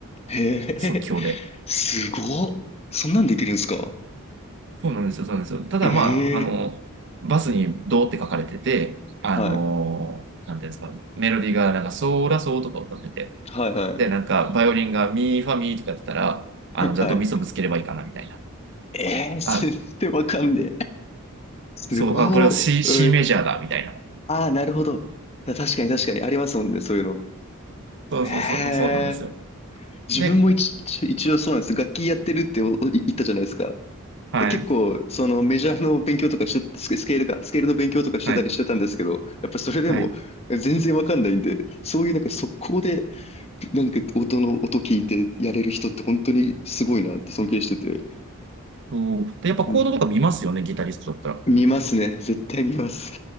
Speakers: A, on the left; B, on the right.
A: い。へえ。
B: 即興で。
A: すごっ。そんなんできるんですか
B: そうなんですよ、そうなんですよ。ただまあ、
A: ええ
B: あの、バスにドーって書かれてて、あの、
A: はい。
B: なんていうんですか、メロディーがなんかソーラソーとか歌ってて、
A: はいはい。
B: で、なんかバイオリンがミーファミーとかやってたら、あの、じゃあドミソぶつければいいかな、
A: はい。
B: みたいな。
A: ええー全然わかんねえ。
B: あ、
A: すごい。
B: そう、あ、これは C、C
A: うん
B: メジャーだ、みたいな。
A: ああ、なるほど。た確かに確かにありますもんね、そういうの。
B: そうそうそうそう、
A: え
B: そうなんですよ。
A: え自分も一、
B: で、
A: 一応そうなんです。楽器やってるっておお言ったじゃないですか。
B: はい、
A: で、結構、そのメジャーの勉強とかしスケ、スケールか、スケールの勉強とかしてたりしてたんですけど、
B: はい、
A: やっぱそれでも全然わかんないんで、
B: はい。
A: そういうなんか速攻で、なんか音の音聞いてやれる人って本当にすごいなって尊敬してて。
B: うんとで、やっぱコードとか見ますよね、
A: うん。
B: ギタリストだったら。
A: 見ますね。絶対見ます。